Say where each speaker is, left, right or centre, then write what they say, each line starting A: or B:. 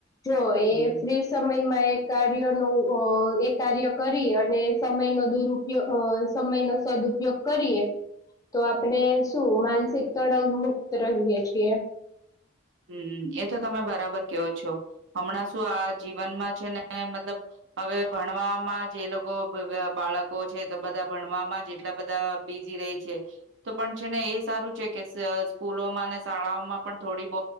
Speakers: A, on the left; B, on the right.
A: જો
B: હમ
A: એ ફ્રી સમયમાં એક કાર ન એ કાર્ય કરી અને સમય ન દુરપયો સમય ન સ ઉપયોગ કરીએ તો આપણે શું માનસિક તડાવ મુક્ત રહીયએ છીએ
B: હમ એ તો તમે બરાબર કેવો છો હમણાં શું આ જીવનમાં છે ને મતલબ હવે ભણવામાં જે લોકો બાળકો છે તો બધા ભણવામાં એટલા બધા બિઝી રે છે તો પણ છે ને એ સારું છે કે સ્કૂલોમાં અને શાળાઓમાં પણ થોડી બ